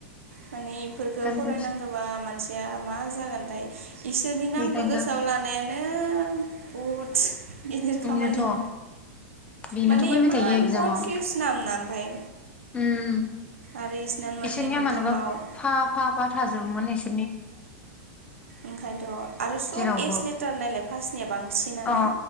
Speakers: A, on the right (about 65°); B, on the left (about 15°).
A: माने इफोरखो
B: कनफिउस
A: फरायनांगोबा मानसिया मा जागोन ओमफ्राय इसोरनि नामखौ
B: बेखायनोथ'
A: गोसोआव लानायानो बहुद गिदिर
B: बेनोथ'
A: खामानि
B: बेनोथ'
A: माने
B: फैबाय
A: इमान
B: थायो एगजामाव
A: कनफियुस नाम ना ओमफाय
B: उम
A: आरो इसनान मोननै
B: इसोरनिया
A: मोनथाम
B: मानोबा
A: बाव
B: <unintelligible> थाजोबोमोन एसोन
A: ओंखायनोथ आरो सब
B: जेरावबो
A: एस लेटार नायलाय फार्स्टनिया बांसिनानो
B: अ